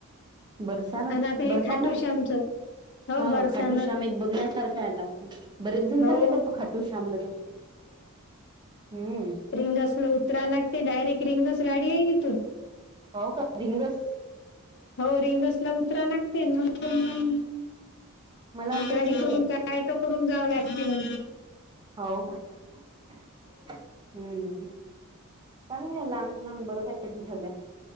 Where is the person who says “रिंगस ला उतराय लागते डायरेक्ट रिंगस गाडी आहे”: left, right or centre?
Left